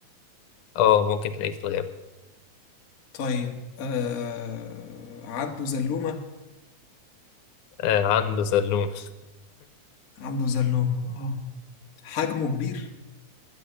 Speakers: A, on the left; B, on the left.
A: اه ممكن تلاقيه في الغابة
B: طيب آه عنده زلومة
A: آه عنده سلوم
B: عنده زلومة اه حجمه كبير